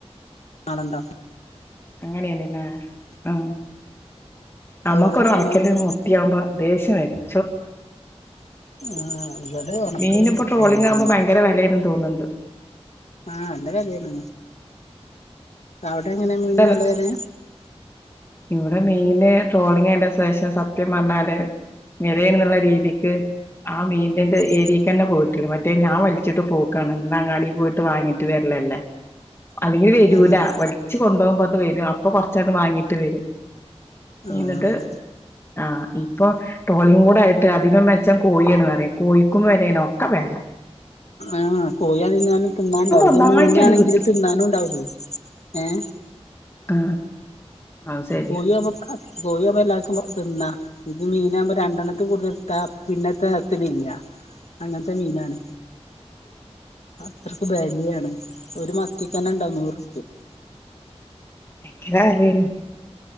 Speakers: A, on the left; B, on the left.
A: നാടണ്ടാ
B: അങ്ങനെയന്നില്ല ഉ നമ്മുക്കൊരു
A: ട്രോളിങ്
B: ഉണക്കല്
A: ആയാലും
B: മുട്ടിയകുമ്പോ ദേഷ്യം വരും
A: ആഹ് ഇവിടെ ഉണക്കൊരു
B: മീന ഇപ്പോൊ
A: മുട്ടയാണ്
B: ട്രോളിങ്
A: ഇപ്പ
B: ആകുമ്പോ ഭയങ്കര വിലയെന്ന് തോന്നുന്നുണ്ട്
A: ആഹ എല്ല കലയാണ് അവിടെ എങ്ങനെ
B: എന്നിട്ടൽ
A: മീനുകല്ലന
B: ഇവിടെ മീന് ട്രോളിംഗ അയിന്റെ ശേഷം സത്യ ല് മിലുള്ള രീതിക്ക് ആ മീന്റെ
A: ഉം
B: ഏരിയക്ക് തന്നെ പോയിട്ടില്ലറ്റ മറ്റേ ഞാൻ വിളിച്ചിട്ട് പോക്കാണ് എന്നി് അങ്ങാടി പോയിട്ട് വാങ്ങിട്ട് വരലല്ലേ അല്ലെങ്കിൽ വരൂല
A: ആഹ്
B: വലിച്ച് കൊണ്ടുപോകുമ്പോ അത് വരും അപ്പൊ കൊറച്ചണ്ട് വാങ്ങിട്ട് വരും നീന്നിട്ട്
A: ആഹ്
B: ആഹ ഇപ്പൊ ട്രോളിയും കൂടെ ആയിട്ട് അതി വെച്ചാൻ കോഴണറ കോഴിക്കുമ്പോ വനേന ഒക്കെ വേല
A: ആഹ കോഴൽ ഞ്ഞും തിന്നാൻണ്ടാവും ഇത്
B: ഒന്നായിട്ടാണ്
A: മീനാണെങ്കില്
B: കിട്ടും
A: തിന്നാനും ഉണ്ടാവില്ലേ എഏ
B: ആ അത് ശരിയാ
A: കോയി്പ കോോയിമ്മല്ലന്ന ഇത് മീനാകുമ്പോ രണ്ടെണ്ത്ത് കൂടുത എടുത്താ പിന്നെ തത്തി ഇല്ല അങ്ങനത്തെ മീനാണ് അത്രക്ക് ബലിയാണ് ഒരു മത്തിക്കന്നെ ഉണ്ടാവ നൂറ്
B: ഭയങ്കര കാലാണ്